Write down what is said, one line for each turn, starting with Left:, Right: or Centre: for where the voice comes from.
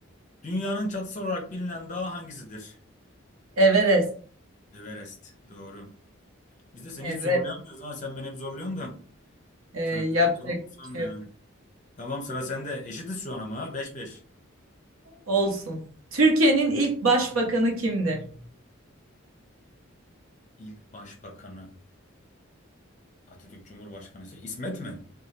Left: Dünyanın çatısı olarak bilinen dağ hangisidir?
Right: Everest.
Left: Everest. Doğru. Biz de seni
Right: Evet.
Left: hiç zorlayamıyoruz ha. Sen beni hep zorluyorsun da.
Right: Ee,
Left: Sana
Right: yapacak
Left: bir zor soru bulsam
Right: bir şey
Left: ya.
Right: yok.
Left: Tamam sıra sende. Eşitiz şu an ama ha. Beş 5
Right: Olsun. Türkiye'nin ilk başbakanı kimdir?
Left: İlk başbakanı Atatürk Cumhurbaşkanı ise İsmet mi?